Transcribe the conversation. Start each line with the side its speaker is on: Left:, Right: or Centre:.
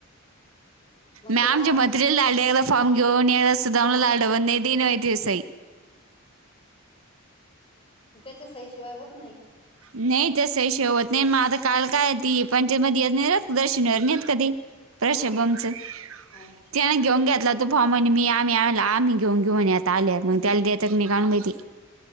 Left: मग
Right: मॅम
Left: ते रा
Right: जे मटरियल लाले <unintelligible> फारम घेऊन या सुधामला लाडव न द नव दिवसई.
Left: त्यांच्या सईशिवाय होत नाही.
Right: नाही त्या सही शिवाय होत नाय म आता काल काय ती पंचायत मध्ये येत नायरत दर्शनवर नत कधी प्रशभमच
Left: हा
Right: <inaudible>
Left: हा
Right: त्याने घेऊन घेतला तो फॉर्म म्हणे मी आमी आमी घेऊन घेऊ म्हणे आल्यात म त्याला देत्यात नी कायणु बाई ती